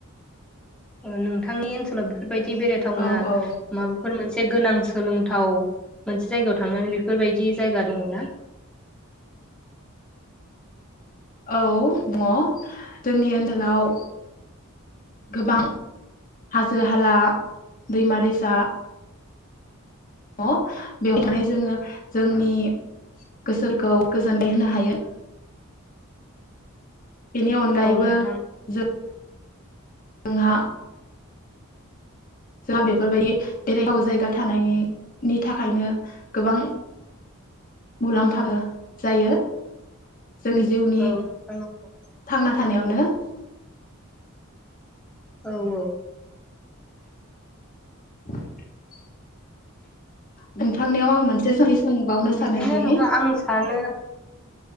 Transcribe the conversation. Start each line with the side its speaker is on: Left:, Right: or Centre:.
Centre: ओ नोंथांनि ओनसोलाव बेफोर बायदि बेरायथावना
Left: औ औ
Centre: माबाफोर मो से गोनां सोलोंथाव मोनसे जायगायाव थांनानै बेफोरबायदि जायगा दङ ना।
Left: औ दङ जोंनि ओनदोलाव गोबां हाजो हाला दैमा दैसा ङ बेयाव थानाय जोङो जोंनि गोसोखौ गोजोनलाय होनो हायो। बेनि अनगायैबो
Centre: औ नोंथां
Left: जों <unintelligible> हा जोंहा बेफोरबायदि बेरायथाव जायगा थानायनि थाखायनो गोबां मुलाम्फाबो जायो जोंनि जिउनि
Centre: औ नोंथां नंगौ
Left: थांना थानायावनो
Centre: औ औ।
Left: <inaudible> नोंथांनियाव आं मोनसे सोंथि सोंबावनो
Centre: बिदिनो
Left: सानोदि
Centre: नोंथां आं सानो